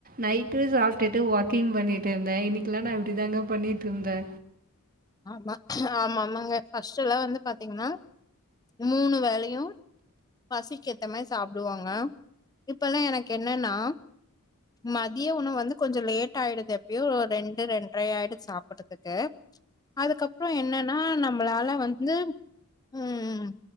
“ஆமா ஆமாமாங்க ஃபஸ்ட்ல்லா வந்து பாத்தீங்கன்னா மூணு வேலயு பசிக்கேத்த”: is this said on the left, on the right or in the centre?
Left